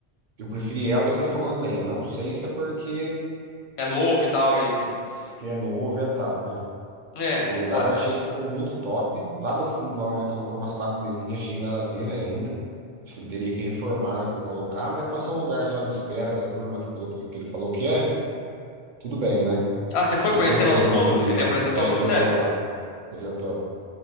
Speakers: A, on the right; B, on the left.
A: eu preferi ela do que a do fogão de lenha. Não sei se é porque
B: é novo e tal, e enfim.
A: s- que é novo é tal, né?
B: É,
A: O lugar
B: pode.
A: eu achei que ficou muito top. Lá no fundo, lá onde ele colocou umas quatro mesinhas, achei nada a ver, velho, ainda. Acho que ele teria que reformar antes de colocar, mas passou um lugar só de espera da turma que, colocou, que que ele falou que é. Tudo bem, né?
B: Ah, você foi
A: Não
B: conhecer
A: sei se você
B: lá
A: viu
B: no fundo?
A: o fundinho
B: Ele
A: lá.
B: apresentou
A: É,
B: pra
A: ele
B: você?
A: levou lá, apresentou.